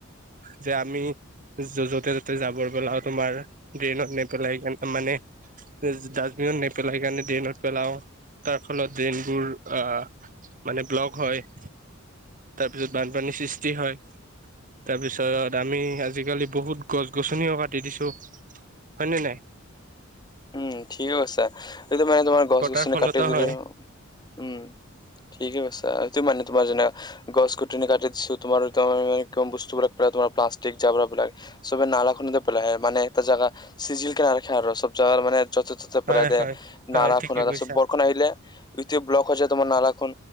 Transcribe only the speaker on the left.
উম ঠিকে কৈছা।
এইটো মানে
তোমাৰ গছ
গছনি
কাটি দিলে
অ উম। ঠিকে কৰিছা। এইটো মানে তোমাৰ জানা? গছ কুটনি কাটি দিছো। তোমাৰ বস্তুবিলাক প্ৰায় তোমাৰ প্লাষ্টিক জাবৰা বিলাক। চবে নালা খুনিটো পেলাই। মানে এটা জেগা চিজিল কে ৰাখে আৰু চব। জাৰ মানে য'তে ত'তে
পেলায় দিয়ে।
নালা
খুন্দা
তাৰপিছত বৰষুণ আহিলে, গোটেই ব্লক হৈ যায় তোমাৰ নালাখন,